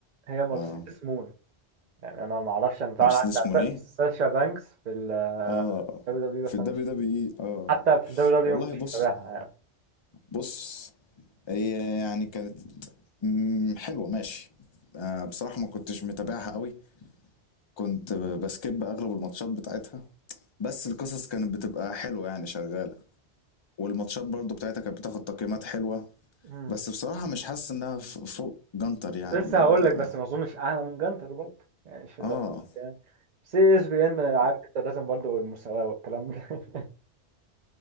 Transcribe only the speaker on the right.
هي مرسيدس
مون يعني انا ما اعرفش انا طبعا
عارف ساشا بانكس في الدبليو
دبليو
بس
انا مش
حتى في الدبليو دبليو
ما كنتش
متابعها يعني
مم.
كنت لسه هقول
لك بس ما اظنش اعلى من جانتر برضه يعني مش لو
يعني سي اس بي ان انا عارف انت لازم برضه المساواه والكلام ده <laughs>